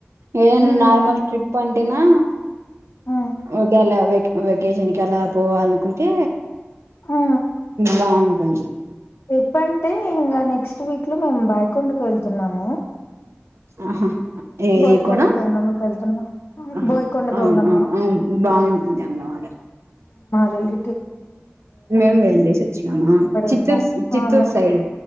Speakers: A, on the right; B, on the left.
A: ఏ
B: ఉమ్,
A: నార్మల్ ట్రిప్ అంతేనా
B: ఆ
A: అంకెలవేట్ వెకేషన్ కి ఎలా పోవాలనుకుంటే
B: ఆ
A: బాగుంటుంది
B: ట్రిప్ అంటే ఇంకా నెక్స్ట్ వీక్ లో మేము బాయకొండకి వెళ్తున్నాము
A: ఆహా ఏ
B: బోయకొండ
A: ఏ కూడా
B: గంగమ్మకు వెళ్తున్నా
A: ఆహా
B: బోయకొండ
A: అవును
B: గంగమ్మ
A: అవును అవును బాగుంటుంది అమ్మవారు
B: రేల
A: మేము వెళ్ చేసి వచ్చినము చిత్తూర్
B: ఉండాలి
A: చిత్తూరు
B: ఆ మొక్కు
A: సైడ్